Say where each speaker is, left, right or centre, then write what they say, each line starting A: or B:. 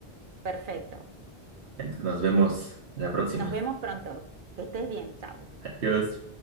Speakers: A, on the right; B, on the right.
A: perfecto.
B: Nos vemos en la próxima.
A: Nos vemos pronto. Que estés bien. Chao.
B: Adiós.